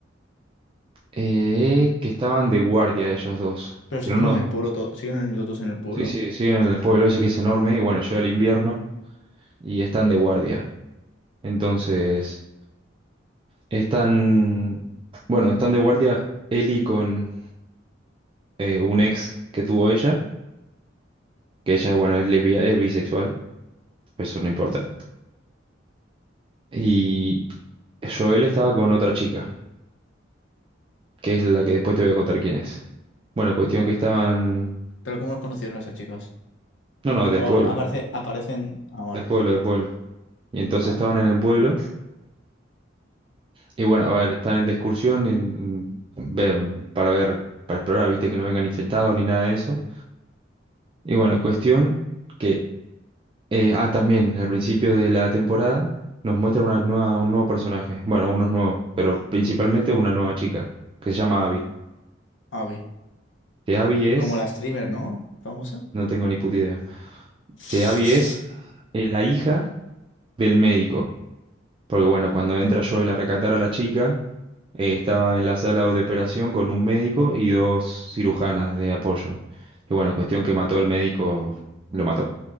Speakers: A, on the right; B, on the left.
A: Eh, que estaban de guardia ellos dos.
B: Pero siguen
A: Pero no,
B: en el pueblo, to- siguen en los dos en el pueblo.
A: sí, sí, siguen en el pueblo ese que es enorme y bueno, llega el invierno y están de guardia. Entonces, están, bueno, están de guardia Eli con eh, un ex que tuvo ella, que ella, bueno, es lesbia, es bisexual, eso no importa. Y Joel estaba con otra chica, que es la que después te voy a contar quién es. Bueno, cuestión
B: Vale.
A: que estaban,
B: Pero ¿cómo los conocieron esas chicas?
A: no, no, del pueblo,
B: O aparece, aparecen. Ah, vale.
A: del pueblo, del pueblo. Y entonces
B: Vale,
A: estaban
B: vale.
A: en el pueblo. Y bueno, a ver, están en discusión en- ven, para ver, para explorar, viste, que no vengan infectados ni nada de eso. Y bueno, cuestión que, eh, ah, también, al principio de la temporada nos muestra una nueva, un nuevo personaje, bueno, unos nuevos, pero principalmente una nueva chica, que se llama Abby.
B: Ah,
A: Que Abby es,
B: Como la streamer, ¿no? Famosa.
A: no tengo ni puta idea,
B: <laughs>
A: que Abby es eh, la hija del médico. Porque bueno, cuando entra Joel a recatar a la chica, Eh, estaba en la sala de operación con un médico y dos cirujanas de apoyo. Y bueno, cuestión que mató al médico, lo mató.